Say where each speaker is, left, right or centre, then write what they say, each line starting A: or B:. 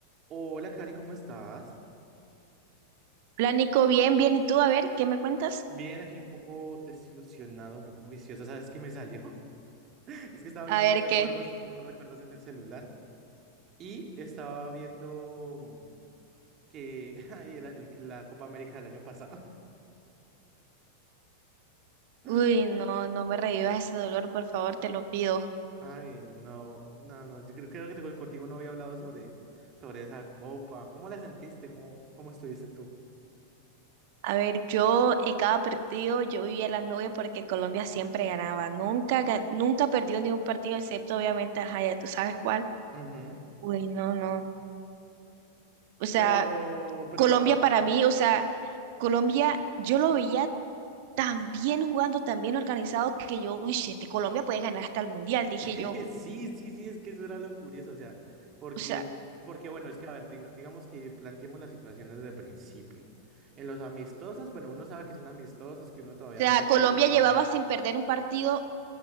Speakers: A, on the right; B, on the right.
A: Hola, Cari, ¿cómo estás?
B: Hola Nico, bien, bien. ¿Y tú? A ver, ¿qué me cuentas?
A: Bien, aquí un poco desilusionado, un poco juicioso. ¿Sabes qué me salió? <laughs> Es que estaba viendo
B: A ver
A: unos recuerdos,
B: qué.
A: unos recuerdos en el celular y estaba viendo mm, que <laughs> ay, el- el- la Copa América del año pasado. <laughs>
B: Uy, no, no me revivas ese dolor, por favor, te lo pido.
A: Ay, no, no, no. Yo creo, creo que te- contigo no había hablado sobre, sobre esa copa. ¿Cómo la sentiste? ¿Cómo, cómo estuviste tú?
B: A ver, yo en cada partido yo vivía las nubes porque Colombia siempre ganaba. Nunca, ga- nunca perdió ningún partido, excepto obviamente, ajá, ya tú sabes cuál.
A: Ujú.
B: Uy, no, no. O sea,
A: Pero, pero,
B: Colombia
A: ah,
B: para mí, o sea, Colombia, yo lo veía tan bien jugando, tan bien organizado que yo, uy, si este Colombia puede ganar hasta el Mundial, dije
A: <laughs>
B: yo.
A: Sí, sí, sí, es que eso era lo curioso, o sea, porque,
B: O sea,
A: porque bueno, es que a ver, diga- digamos que planteemos la situación desde el principio. En los amistosos, bueno, uno sabe que son amistosos, que uno todavía
B: o sea,
A: no se puede...
B: Colombia
A: lo-
B: llevaba sin perder un partido.